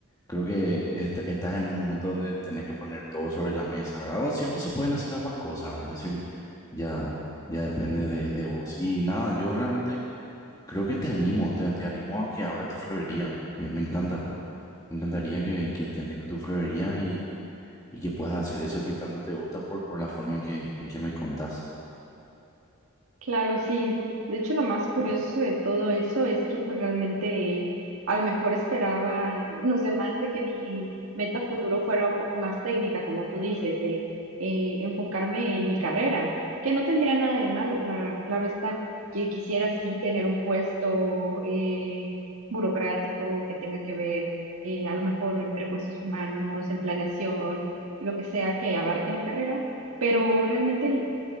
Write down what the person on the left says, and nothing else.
creo que est- estás en un momento donde tenés que poner todo sobre la mesa, ¿verdad? O siempre se pueden hacer ambas cosas, ¿verdad? Siem- ya, ya depende de, de vos. Y nada, yo realmente creo que te animo, te, te animo a que abras tu florería. Me, me encanta. Me encantaría que, que, que tengas tu florería y, y que puedas hacer eso que tanto te gusta por, por la forma en que, en que me contás.